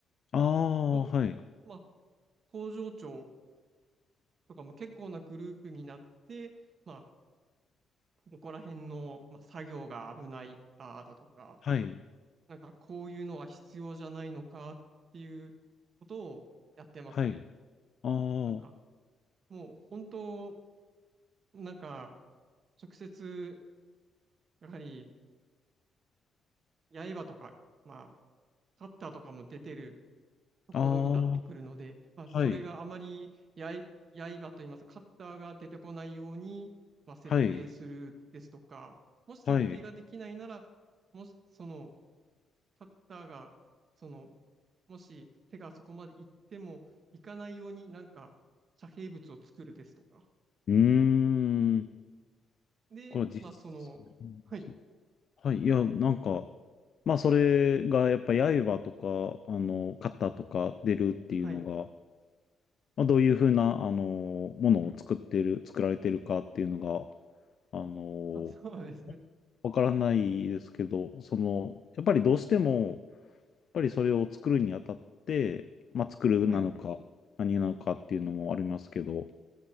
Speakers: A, on the left; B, on the right.
A: ああ、
B: と、
A: はい、
B: まあ、工場長とかも結構なグループになって、まあ、ここら辺の、まあ、作業が危ないあーだとか、
A: はい、
B: なんかこういうのは必要じゃないのかっていうことをやってますね。
A: はい、あ
B: なんかもう本当、なんか直接やはり刃とか、まあ、カッターとかも出てるところになってくるので、
A: あ、あ
B: まあ、それがあまりやい刃といいますか、
A: あ、はい。
B: カッターが出てこないように、まあ、設定するですとか、
A: はい、
B: もし設定ができないなら、
A: はい。う
B: もしそのカッターが、その、もし手がそこまで行っても行かないようになんか遮蔽物を作るですとか。
A: ーん。
B: で、
A: これは実、
B: まあその、はい、
A: そうはい。いや、なんか、まあ、それが、やっぱ、刃とか、あの、肩とか出るっていうのが、
B: はい、
A: まあ、どういうふうな、あの、ものを作ってる、作られてるかっていうのが、あの、
B: あ、そうですね。
A: わからないですけど、その、やっぱりどうしても、やっぱりそれを作るにあたって、まあ、作るなのか、
B: はい、
A: 何なのかっていうのもありますけど、